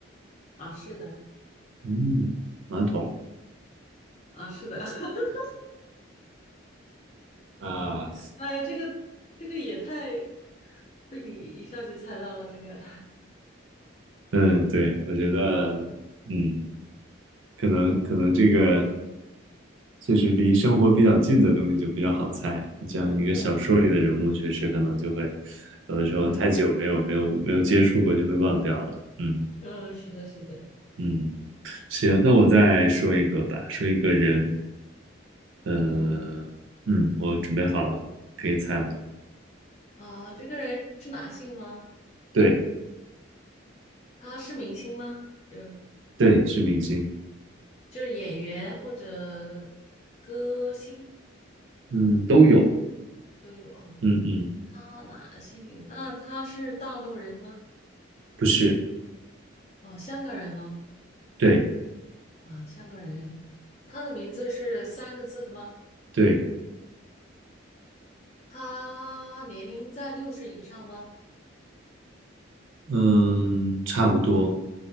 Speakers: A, on the left; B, on the right.
A: 啊，是的，
B: 嗯，马桶，
A: 啊，是的，<laughs>
B: 啊，
A: 哎呀，这个这个也太被你一下就猜到了，这个，
B: 嗯，对，我觉得，嗯，可能可能这个就是离生活比较近的东西就比较好猜。你像一个小说里的人物，
A: <laughs> 嗯
B: 确实可能就会有的时候太久没有没有没有接触过，
A: 嗯
B: 就会忘掉了。嗯
A: 嗯，是的，是的，
B: 嗯，行，那我再说一个吧，说一个人，呃，
A: 嗯，
B: 嗯，我准备好了，可以猜了。
A: 啊，这个人是男性吗？
B: 对
A: 他是明星吗？就
B: 对，是明星，
A: 就是演员或者歌星
B: 嗯，都有，
A: 都有啊，
B: 嗯嗯，
A: 他男性，那他是大陆人吗？
B: 不是，
A: 哦，香港人咯，
B: 对。
A: 啊，香港人，他的名字是三个字的吗？
B: 对，
A: 他年龄在六十以上吗？
B: 嗯，差不多，